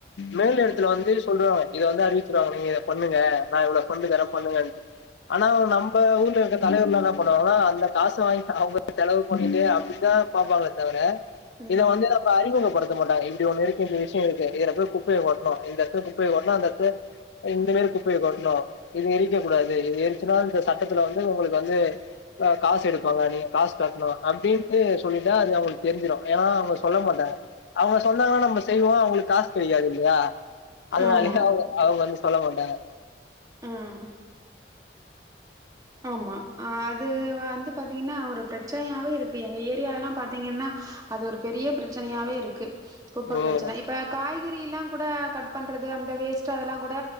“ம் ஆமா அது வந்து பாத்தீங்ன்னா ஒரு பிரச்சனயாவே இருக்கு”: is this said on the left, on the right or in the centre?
Right